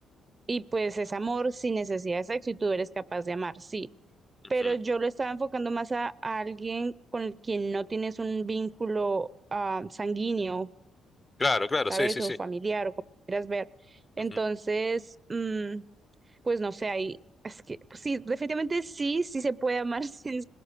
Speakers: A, on the right (about 30°); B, on the left (about 20°).
A: Y pues es amor sin necesidad de sexo y tú eres capaz de amar, sí.
B: ujú.
A: Pero yo lo estaba enfocando más a, a alguien con el quien no tienes un vínculo ah, sanguíneo,
B: Claro, claro,
A: ¿sabes?
B: sí, sí,
A: O
B: sí.
A: familiar o como quieras ver. Entonces,
B: Ujú,
A: mm, pues no sé, ahí, es que, pues sí, definitivamente sí, sí se puede amar <laughs> sin